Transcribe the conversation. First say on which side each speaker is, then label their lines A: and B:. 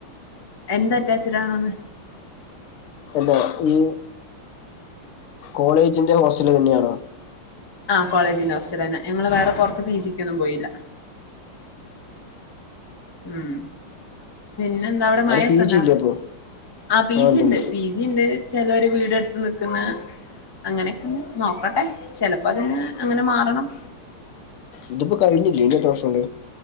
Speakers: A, on the left; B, on the left.
A: എന്ത് അറ്റാച്ച്ഡ് ആണോന്ന്?
B: അല്ലാ ഈ കോളേജിന്റെ ഹോസ്റ്റല് തന്നെയാണോ?
A: ആഹ് കോളേജിന്റെ ഹോസ്റ്റലന്ന ഞങ്ങള് വേറെ പൊറത്ത് പി ജിക്കൊന്നും പോയില്ല ഉം പിന്നെന്താ അവിട
B: അവിടെ
A: മയൊക്കെണ്ടാ
B: പി ജി ഇല്ലേ അപ്പൊ
A: ആഹ്‌ പി
B: ആ ഉണ്ട്ണ്ട്
A: ജിയിണ്ട് പി ജിണ്ട് ചെലോര് വീടെടുത്ത് നിക്കുന്ന് അങ്ങനെകണ് നോക്കട്ടെ ചെലപ്പ അതിന്ന് അങ്ങനെ മാറണം
B: ഇതിപ്പോ കഴിഞ്ഞില്ലേ ഇനി എത്ര വർഷൊണ്ട്